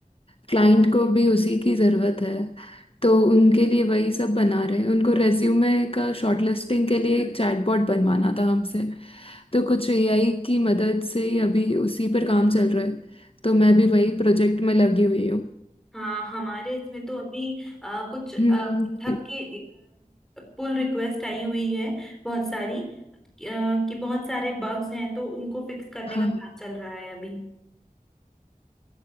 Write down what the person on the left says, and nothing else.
क्लाइंट को भी उसी की ज़रूरत है तो उनके लिए वही सब बना रहे हैं उनको रेज्यूमे का शॉर्टलिस्टिंग के लिए एक चैटबॉट बनवाना था हमसे तो कुछ एआई की मदद से ही अभी उसी पर काम चल रहा है तो मैं भी वही प्रोजेक्ट में लगी हुई हूँ
हम्म
हाँ